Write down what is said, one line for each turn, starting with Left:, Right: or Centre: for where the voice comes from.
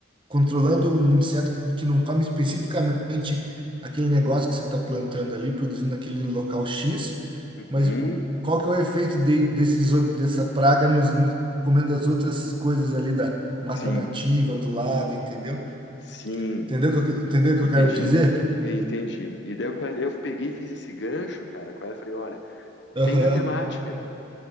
Right: controlando um inseto que, que não come especificamente aquele negócio que você está plantando ali, produzindo naquele local X,
Left: uhum.
Right: mas o- qual que é o efeito de, desses, ou- dessa praga nos, no- comendo as outras coisas ali da mata
Left: Sim,
Right: nativa do lado, entendeu?
Left: sim.
Right: Entendeu o que eu, entendeu o que
Left: Entendi.
Right: eu quero dizer?
Left: Eu Entendi. E daí eu, pe- eu peguei e fiz esse gancho, cara, com ela e falei, olha,
Right: Aham.
Left: tem matemática aí.